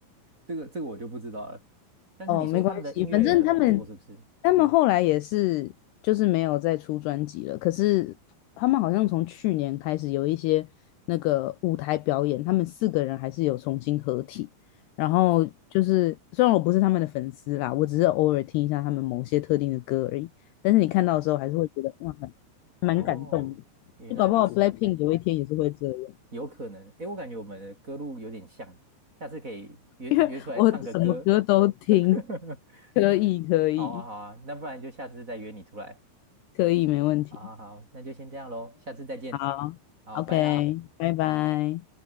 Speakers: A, on the right; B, on the left.
A: 这个这个我就不知道了。但是你说他们的音乐也很不错，
B: 哦，没关系，反正他们
A: 是不是？
B: 他们后来也是就是没有再出专辑了。可是他们好像从去年开始有一些那个舞台表演，他们四个人还是有重新合体。然后就是虽然我不是他们的粉丝啦，
A: 哦，
B: 我只是偶尔听一下他们某些特定的歌而已。但是你看到的时候还是会觉得哇，很蛮感动的。
A: 哦，原来如此，
B: 就搞不好 BLACKPINK 有一天也是会这样，
A: 有可能。哎，我感觉我们的歌路有点像，下次可以约约出来唱个歌。
B: 因为我什么歌都听，
A: <laughs>
B: 可以可以
A: 好啊，好啊，那不然就下次再约你出来。
B: 可以，没问题。
A: 好好好，那就先这样喽，下次再见。
B: 好，OK，
A: 好，拜啦。
B: 拜拜。